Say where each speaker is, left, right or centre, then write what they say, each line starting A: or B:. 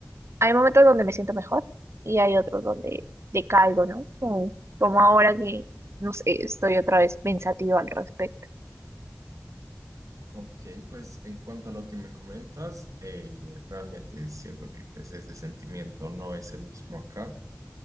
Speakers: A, on the right; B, on the right.
A: Hay momentos donde me siento mejor y hay otros donde decaigo, ¿no? Como, como ahora que, no sé, estoy otra vez pensativa al respecto.
B: Ok, pues en cuanto a lo que me comentas, eh, realmente siento que pues, ese sentimiento no es el mismo acá,